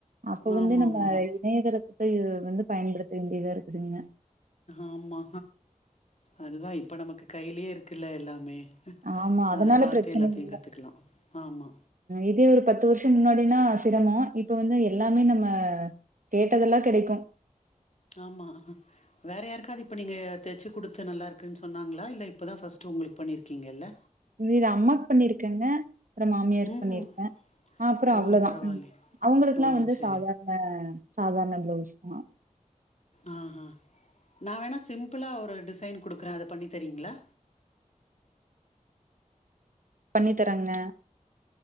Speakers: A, on the right (about 80°); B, on the left (about 60°).
A: அப்ப வந்து
B: ஆமாமா.
A: நம்ம இணையத்தளத்த வந்து பயன்படுத்த வேண்டியதா இருக்குதுங்க
B: ஆமா அதுதான் இப்ப நமக்கு கையிலயே இருக்குல்ல எல்லாமே
A: ஆமா, அதனால
B: அத பாத்தே
A: பிரச்சனை
B: எல்லாத்தையும்
A: இல்ல.
B: கத்துக்கலாம் ஆமா
A: இதே ஒரு பத்து வருஷம் முன்னாடினா சிரமம் இப்ப வந்து எல்லாமே நம்ம கேட்டதெல்லாம் கிடைக்கும்
B: ஆமா வேற யாருக்காவது இப்ப நீங்க தச்சு குடுத்து நல்லா இருக்குன் சொன்னாங்களா இல்ல இப் இப்ப தான் ஃபர்ஸ்டு உங்களுக்கு பண்ணிருக்கீங்க இல்ல
A: இ இது அம்மாக்கு பண்ணிருக்கேங்க அப்புறம் மாமியாருக்கு
B: ம்ஹும்
A: பண்ணிருக்கேன் அப்புறம்
B: ஓ
A: அவ்வளோதான்
B: பரவாயில்லே
A: உம் அவுங்களுக்கெல்லாம்
B: ஓ
A: வந்து
B: சரி
A: சாதாரண சாதாரண ப்ளவுஸ் தான்
B: அ ஆ நா வேணா சிம்பிளா ஒரு டிசைன் குடுக்குறேன் அத பண்ணி தரீங்களா
A: பண்ணி தரேங்க